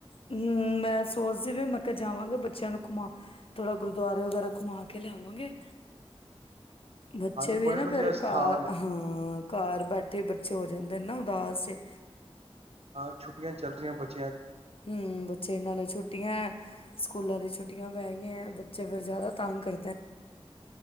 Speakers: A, on the left; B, on the right.
A: ਹੂੰ ਮੈਂ ਸੋਚਦੀ ਵੀ ਮੈਂ ਕਿਹਾ ਜਾਵਾਂਗੇ ਬੱਚਿਆਂ ਨੂੰ ਘੁਮਾ ਥੋੜਾ ਗੁਰਦੁਆਰੇ ਵਗੈਰਾ ਘੁਮਾ ਕੇ ਲਿਆਵਾਂਗੇ। ਬੱਚੇ
B: ਹਾਂਜੀ
A: ਵੀ
B: ਬੜੇ
A: ਹਨਾ ਫੇਰ
B: ਵਧੀਆ ਸਥਾਨ
A: ਘਰ
B: ਹੈ
A: ਹਾਂ ਘਰ ਬੈਠੇ ਬੱਚੇ ਹੋ ਜਾਂਦੇ ਨਾ ਉਦਾਸ ਜੇ
B: ਹਾਂ, ਛੁੱਟੀਆਂ ਚੱਲ ਰਹੀਆਂ ਬੱਚੇ
A: ਹੂੰ ਬੱਚੇ ਨਾਲੇ ਛੁੱਟੀਆਂ। ਸਕੂਲਾਂ ਦੀਆਂ ਛੁੱਟੀਆਂ ਪੈ ਗਈਆਂ ਬੱਚੇ ਫਿਰ ਜ਼ਿਆਦਾ ਤੰਗ ਕਰਦਾ।